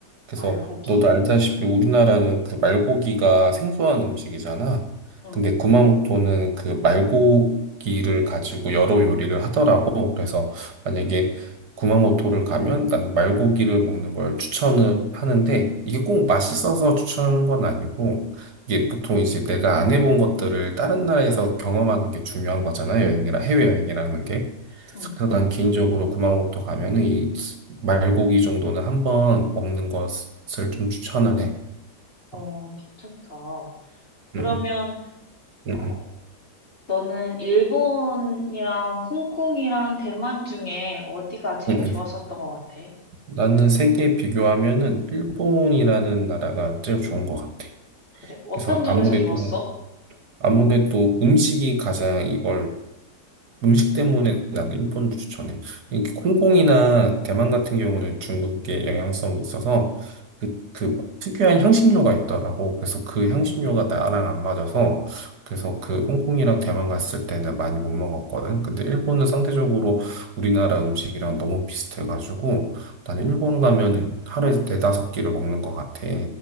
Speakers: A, on the right; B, on the left.
A: 그래서
B: 알고기.
A: 너도 알다시피 우리나라는 그 말고기가 생소한 음식이잖아.
B: 응,
A: 근데 구마모토는 그 말고기를 가지고 여러 요리를 하더라고. 그래서 만약에 구마모토를 가면 난 말고기를 먹는 걸 추천을 하는데 이게 꼭 맛있어서 추천하는 건 아니고 이게 보통 이제 내가 안 해본 것들을 다른 나라에서 경험하는 게 중요한 거잖아. 여행이라 해외여행이라는 게.
B: 응.
A: 그래서 난 개인적으로 구마모토 가면은 이 말고기 정도는 한번 먹는 것을 좀 추천을 해.
B: 어,
A: 어,
B: 괜찮다. 그러면
A: 음, 음, 음,
B: 어, 너는 일본이랑 홍콩이랑 대만 중에 어디가 제일
A: 음, 음.
B: 좋았었던
A: 음.
B: 것 같아?
A: 나는 세계 비교하면은 일본이라는 나라가 제일 좋은 것 같아.
B: 그래? 어떤
A: 그래서
B: 점에서
A: 아무래도
B: 좋았어?
A: 아무래도 음식이 가장 이걸 음식 때문에 나는 일본을 추천해. 이게 콩콩이나 대만 같은 경우는 중국의 영향성이 있어서 그, 그 특유한 향신료가 있더라고. 그래서 그
B: 음,
A: 향신료가 나랑 안 맞아서 그래서 그 홍콩이랑 대만 갔을 때는 많이 못 먹었거든. 근데 일본은 상대적으로 우리나라 음식이랑 너무 비슷해가지고 나는
B: 음.
A: 일본 가면은 하루에 네다섯 끼를 먹는 것 같아.